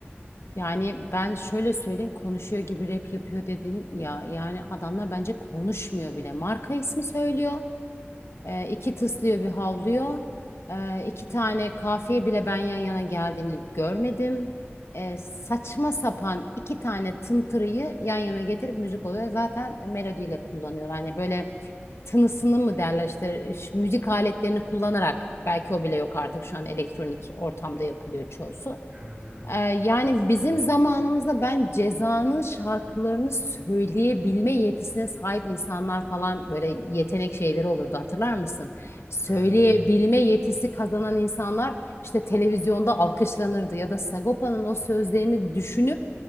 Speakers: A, on the left; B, on the right.
A: Yani ben şöyle söyleyeyim konuşuyor gibi rap yapıyor dedin ya. Yani adamlar bence konuşmuyor bile. Marka ismi söylüyor. E, iki tıslıyor bir havlıyor. E, iki tane kafiye bile ben yan yana geldiğini görmedim. E, saçma sapan iki tane tıntırıyı yan yana getirip müzik oluyor. Zaten melodiyle kullanıyor. Hani böyle tınısını mı derler işte ş- müzik aletlerini kullanarak belki o bile yok artık şu an elektronik ortamda yapılıyor çoğusu.
B: Evet evet.
A: Ee, yani
B: Bestesini
A: bizim
B: yani.
A: zamanımızda ben Ceza'nın şarkılarını söyleyebilme yetisine sahip insanlar falan böyle yetenek şeyleri olurdu hatırlar mısın? Söyleyebilme
B: Evet evet.
A: yetisi kazanan insanlar işte televizyonda alkışlanırdı ya da Sagopa'nın o sözlerini düşünüp